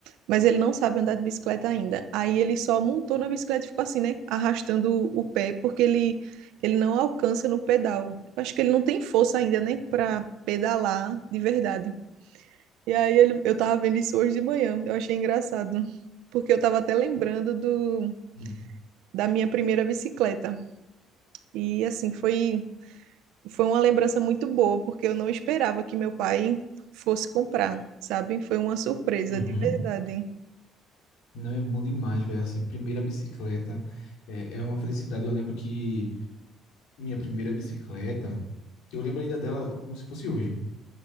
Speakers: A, on the right; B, on the left.
A: mas ele não sabe andar de bicicleta ainda. Aí ele só montou na bicicleta e ficou assim, né? Arrastando o o pé, porque ele, ele não alcança no pedal. Eu acho que ele não tem força ainda, né? Pra pedalar de verdade. E aí ele, eu tava vendo isso hoje de manhã. Eu achei engraçado. Porque eu tava até lembrando do,
B: Hum.
A: da minha primeira bicicleta. E assim, foi foi uma lembrança muito boa, porque eu não esperava que meu pai fosse comprar, sabe? Foi uma surpresa,
B: Uhum.
A: de verdade.
B: Não é bom demais, velho. Assim, primeira bicicleta é, é uma felicidade. Eu lembro que minha primeira bicicleta, eu lembro ainda dela como se fosse hoje.